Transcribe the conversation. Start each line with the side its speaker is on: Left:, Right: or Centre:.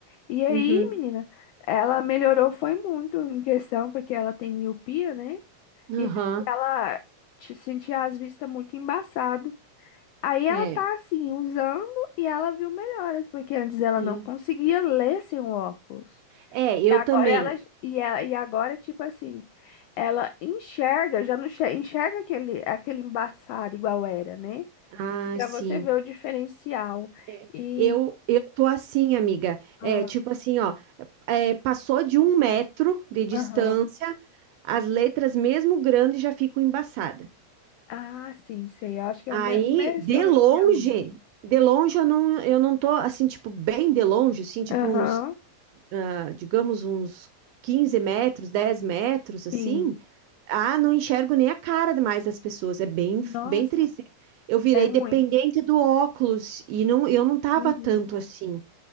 Left: E aí,
Right: Uhum.
Left: menina, ela melhorou, foi muito em questão, porque ela tem miopia, né?
Right: Aham.
Left: E aí ela te sentia as vistas muito embaçado. Aí ela
Right: É.
Left: tá, assim, usando e ela viu melhoras, porque antes ela
Right: É,
Left: não conseguia ler sem o óculos.
Right: É, eu
Left: E agora
Right: também.
Left: ela, e, ela, e agora, tipo assim, ela enxerga, já não enxer- enxerga aquele, aquele embaçado igual era, né?
Right: Ah,
Left: Para
Right: sim.
Left: você ver o diferencial.
Right: É,
Left: E.
Right: Eu, eu tô assim, amiga.
Left: Ah,
Right: É, tipo assim, ó. é, passou de um metro de distância,
Left: Aham.
Right: as letras, mesmo grandes, já ficam embaçadas.
Left: Ah, sim, sei. Eu acho que é
Right: Aí,
Left: o, me- o mesmo
Right: de
Left: problema
Right: longe,
Left: da minha mãe.
Right: de longe eu não, eu não tô assim, tipo, bem de longe, assim, tipo
Left: Aham.
Right: uns, ah, digamos, uns 15 metros, 10 metros, assim.
Left: Sim.
Right: Ah, não enxergo nem a cara mais das pessoas, é bem,
Left: Nossa,
Right: bem triste. Eu virei
Left: é ruim.
Right: dependente do óculos e não, eu não tava
Left: Uhum.
Right: tanto assim.